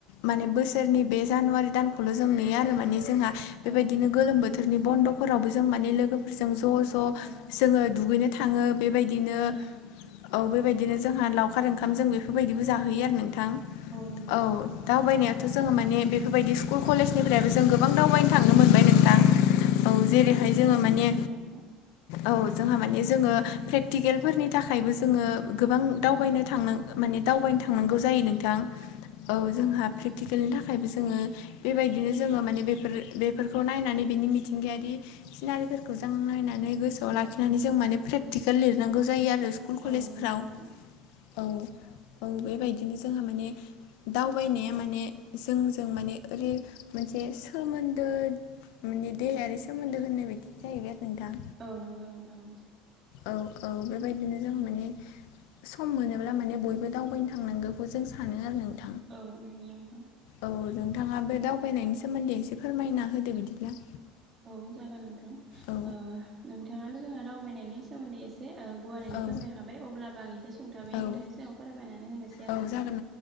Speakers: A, on the left; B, on the right.
A: माने
B: औ
A: बोसोरनि बे जानुवारि दानखौल' जों नेयो आरो माने जोंहा बेबायदिनो
B: औ
A: गोलोम बो थोरनि बन्द'फोरावबो जों माने लोगोफोरजों ज' ज'
B: औ
A: जोङो दुगैनो थाङो बेबाय दिनो
B: औ
A: औ, बेबायदिनो जोंहा लाउखार ओंखाम जों बेफोरबायदिबो जाहोयो आरो नोंथां।
B: नंगौ
A: औ।
B: नोंथां
A: दावबायनायाथ' जोङो माने बेफोरबायदि स्कुल खलेजनिफ्रायबो जों गोबां दावबायनो थांनो मोनबाय नोंथां। औ जेरैहाय जोङो
B: औ
A: माने
B: नंगौ नोंथां
A: औ जोंहा माने जोङो फ्रेक्टिकेलफोरनि थाखायबो जोङो गोबां दावबायनो
B: औ
A: थांनो <unintelligible> माने दावबायनो थांनांगौ जायो नोंथां औ
B: नंगौ
A: जोंहा
B: नोंथां
A: फ्रेकटिकेलनि थाख खायबो जोङो बेबायदिनो जोङो माने बेफोर बेफोरखौ नायनानै बेनि मिथिंगायारि सिनारिफोरखौ जों नायनानै गोसोआव
B: औ
A: लाखिनानै जों माने प्रेकटिकेल लिरनांगौ जायो आरो <unintelligible> <unintelligible> ल कलेजफ्राव
B: औ नंगौ नोंथां
A: औ औ बेबायदिनो जोंहा माने दावबायनाया माने जोंजों माने ओरै मोनसे सोमोन्दो माने देहायारि सोमोन्दो होननाय बायदि जाहैबाय आरो नोंथां।
B: औ नंगौ नोंथां औ।
A: औ औ औ बेबायदिनो जों माने सम मोनोब्ला माने बयबो दावबायनो थांनांगौखौ जों सानो आरो नों <unintelligible>
B: औ नंगौ नोंथां।
A: औ नोंथाङा बे दावबायनायनि सोमोन्दै एसे फोरमायना होदो बिदिब्ला
B: औ जागोन नोंथां
A: औ
B: ओह नोंथाङानो जोंहा दावबायनायनि सोमोन्दै एसे ओ गुवारैनो
A: औ
B: फोरमायखाबाय अब्लाबो आं एसे सुंथाबै नोंथांसिङाव
A: औ
B: फोरमायनानै होनोसै आरो
A: औ
B: नोंथां।
A: जागोन